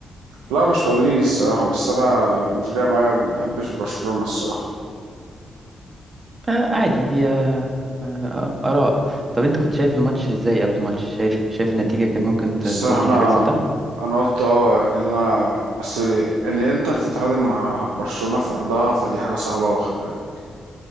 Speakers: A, on the right; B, on the right.
A: لا مش مدريدي الصراحه بس انا مش جاي معايا ما بحبش برشلونه الصراحه
B: آه عادي هي آه آه، آراء طب انت كنت شايف الماتش ازاي قبل الماتش شايف شايف النتيجة كانت ممكن ت-
A: الصراحه
B: تروح
A: انا
B: للي بيحصل ده
A: انا قلت اه يعني انا اصل ان الانتر تتعادل مع برشلونه في ارضها فدي حاجه صعبه أوي، خلي بالك